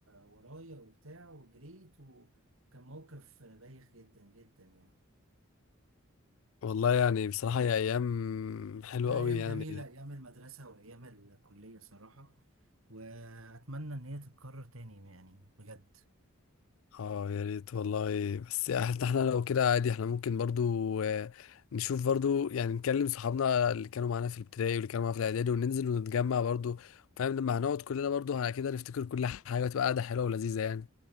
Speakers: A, on the right; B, on the left.
A: ورايا وبتاع وجريت وكان موقف بايخ جدا جدا يعني
B: والله يعني بصراحة هي أيام حلوة
A: لا
B: أوي
A: ايام
B: يعني
A: جميله ايام المدرسه وايام الكليه صراحه واتمنى ان هي تتكرر تاني يعني بجد
B: اه يا ريت والله بس احنا إحنا لو كده عادي احنا ممكن برضو آه، نشوف برضو يعني نكلم صحابنا اللي كانوا معانا في الابتدائي واللي كانوا معانا في الإعدادي وننزل ونتجمع برضو فاهم لما هنقعد كلنا برضو على كده نفتكر كل حاجة تبقى قاعدة حلوة ولذيذة يعني